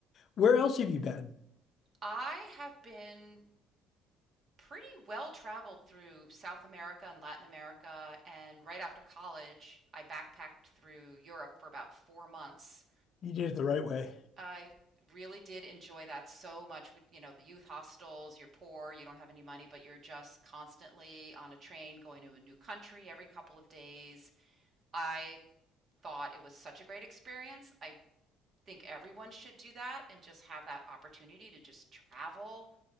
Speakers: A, on the left; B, on the right.
A: Where else have you been?
B: I have been pretty well traveled through South America and Latin America. And right after college, I backpacked through Europe for about four months.
A: You did it the right way.
B: I really did enjoy that so much with, you know, the youth hostels. You're poor, you don't have any money, but you're just constantly on a train going to a new country every couple of days. I thought it was such a great experience. I think everyone should do that and just have that opportunity to just travel